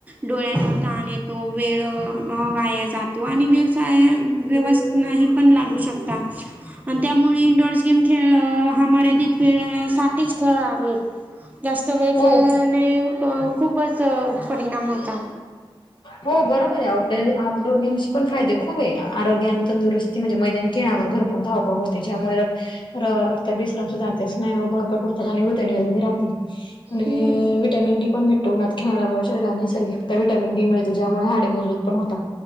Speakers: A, on the right; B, on the left.
A: डोळ्यांवर ताण येतो वेळ वाया जातो आणि व्यवसाय व्यवस्थनही पण लागू शकता आणि त्यामुळे इंडोअर्स गेम खेळ हा मर्यादित वेळसाठीच खेळावे. जास्त वेळ
B: हो
A: खेळल्याने खूपच परिणाम होता.
B: हो बरोबरये आउटर आउटडोर गेम्सची पण फायदे खूप आहे आरोग आणि तंदुरुस्ती म्हणजे मैदाने खळावर भरपूर खूप धावपळ होती ज्यामुळे र रक्त बिश्रम सुधाते स्नायु बळकट होतात आणि उदनीरोगे राहते आणि
A: हम्म
B: व्हिटॅमिन डी पण भेटतो उनात खेळल्यामुळे शरीराने सैर्गिक व्हिटॅमिन डी मिळते ज्यामुळे हाडे मजबूत पण होतात.